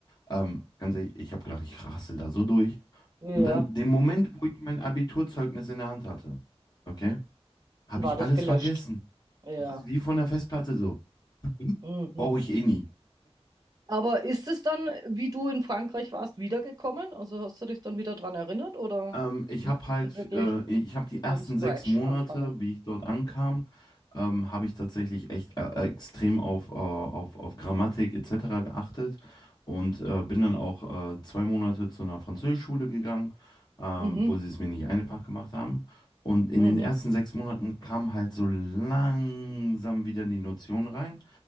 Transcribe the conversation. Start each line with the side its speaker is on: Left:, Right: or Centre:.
Left: Ähm, ganz ehrlich, ich habe gedacht, ich rassel da so durch.
Right: Ja.
Left: Und dann, den Moment, wo ich mein Abiturzeugnis in der Hand hatte, okay, habe
Right: War
Left: ich
Right: das
Left: alles
Right: gelöscht?
Left: vergessen.
Right: Ja.
Left: Das ist wie von der Festplatte so.
Right: Mhm.
Left: Brauche ich eh nie.
Right: Aber ist es dann, wie du in Frankreich warst, wiedergekommen? Also hast du dich dann wieder dran erinnert oder
Left: Ähm, ich
Right: musstest
Left: habe halt,
Right: du wirklich
Left: äh, ich habe die ersten
Right: from scratch
Left: sechs Monate,
Right: anfangen?
Left: wie ich dort ankam, ähm, habe ich tatsächlich echt äh, äh, extrem auf, äh, auf, auf Grammatik etc. geachtet und äh, bin dann auch äh, zwei Monate zu einer Französischschule gegangen, ähm,
Right: Mhm,
Left: wo sie es mir nicht einfach gemacht haben. Und in
Right: mhm,
Left: den ersten sechs Monaten kam halt so langsam wieder die Notion rein.